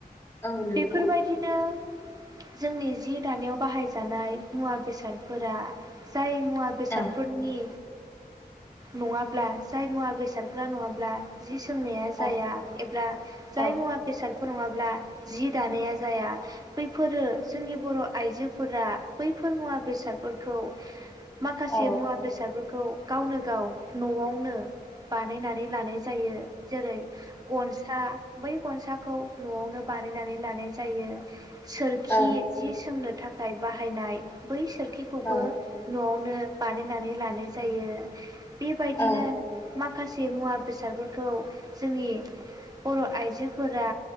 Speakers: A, on the left (about 20°); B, on the right (about 25°).
A: औ नंगौ
B: बेफोरबायदिनो जोंनि जि दानायाव बाहाय जानाय मुवा बेसादफोरा जाय मुवा बेसादफोरनि
A: औ
B: नङाब्ला जाय मुवा बेसादफ्रा नङाब्ला जि सोंनाया
A: औ
B: जाया एब्ला जाय
A: औ
B: मुवा बेसाद फोर नङाब्ला जि दानाया जाया। बैफोरो जोंनि बर' आइजो फोरा बैफोर मुवा बेसादफोरखौ माखासे
A: औ
B: मुवा बेसादफोर खौ गावनो गाव न'आव नो बानायनानै लानाय जायो। जेरै गनसा बै गनसाखौ न'आवनो बानायनानै लानाय जायो । सोरखि
A: औ
B: जि जोंनो थाखाय बाहायनाय बै सोरखिखौबो
A: औ
B: न'आवनो बानायनानै लानाय जायो । बेबायदिनो
A: औ
B: माखासे से मुवा बेसादफोरखौ जोंनि बर' आइजोफोरा